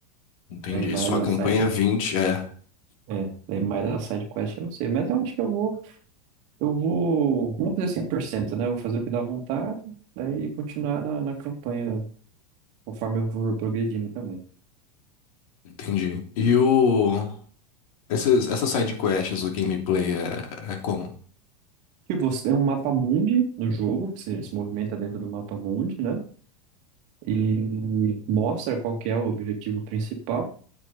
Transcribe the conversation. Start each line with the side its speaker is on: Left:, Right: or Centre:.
Left: Entendi.
Right: Daí mais
Left: Só a
Right: a
Left: campanha
Right: side.
Left: é 20, é.
Right: É, daí mais a side quest eu não sei, mas eu acho que eu vou. Eu vou, não vou fazer cem por cento né? Vou fazer o que dá vontade, daí continuar na, na campanha conforme eu for progredindo também.
Left: Entendi. E o. Essas, essas side quests, o gameplay é, é como?
Right: Que você tem um mapa mundi no jogo, que você se movimenta dentro do mapa mundi, né? E mostra qual que é o objetivo principal,